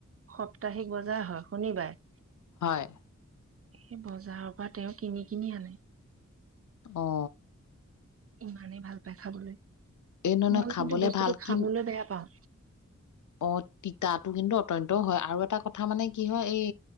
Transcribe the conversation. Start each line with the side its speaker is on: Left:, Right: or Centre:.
Right: সপ্তাহিক বজাৰ হয়, শুনিবাৰ।
Left: হয়
Right: সেই বজাৰৰ পৰা তেওঁ কিনি-কিনি আনে।
Left: অ'।
Right: ইমানেই ভাল পায় খাবলৈ।
Left: এই নহয় নহয়
Right: মই
Left: খাবলে
Right: কিন্তু বস্তুটো
Left: ভাল
Right: খাবলৈ
Left: কি
Right: বেয়া পাওঁ।
Left: অ তিতাটো কিন্তু অত্যন্ত হয় আৰু এটা কথা মানে কি হয় এই,